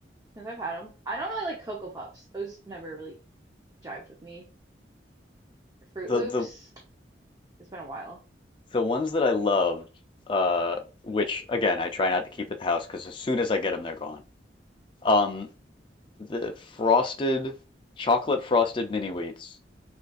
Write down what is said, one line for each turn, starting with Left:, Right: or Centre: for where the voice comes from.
Right: since I've had them. I don't really like Cocoa Puffs. Those never really jived with me. Fruit
Left: The
Right: Loops,
Left: the
Right: it's been a while.
Left: the ones that I loved, uh, which again I try not to keep at the house because as soon as I get them, they're gone. Um, the frosted chocolate frosted mini wheats